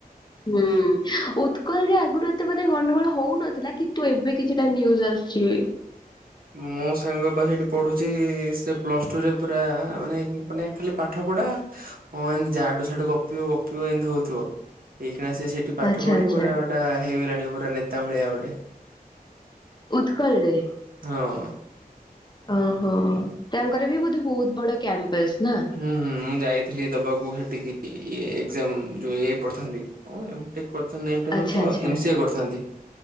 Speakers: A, on the left; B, on the right.
A: ହୁଁ ଉତ୍କଳରେ ଆଗରୁ ଏତେ ମାନେ ଗଣ୍ଡଗୋଳ ହଉନଥିଲା କିନ୍ତୁ ଏବେ କିଛିଟା ନ୍ୟୁଜ୍ ଆସୁଚି।
B: ମୋ ସାଙ୍ଗପା ହେଟି ପଢ଼ୁଛି ସେ ପ୍ଲସ୍ ଟୁରେ ପୁରା ମାନେ ମାନେ ଖାଲି ପାଠ ପଢ଼ା ହଁ ଏମିତି ଜାଡୁ ସାଡୁ ଗପିବ ଗପିବ ଏମିତି ହଉଥିବ ଏଇକିନା ସିଏ ସେ ଟି ପାଠ
A: ଆଚ୍ଛା
B: ପଢି
A: ଆଚ୍ଛା
B: ପୁରା ଗୋଟା ହେଇଗଲାଣି ପୁରା ନେତା ଭଳିଆ ଗୋଟେ।
A: ଉତ୍କଳରେ।
B: ହଁ।
A: ଓହୋ ତାଙ୍କର ବି ବୋଧେ ବହୁତ ବଡ଼ କ୍ୟାମ୍ପସ ନା।
B: ହୁଁ ମୁଁ ଯାଇଥିଲି ଦବାକୁ ହେଠିକି ଇ ଏଜାମ୍ ଯୋଉ ଏ ଆଇ ପଢଥାନ୍ତି। ହଁ ଏମ ଟେକ୍ କରିଥାନ୍ତି ଏମ ଟେ
A: ଆଚ୍ଛା
B: ନୁହଁ ତ
A: ଆଚ୍ଛା
B: ଏମ୍ ସି ଏ କରିଥାନ୍ତି।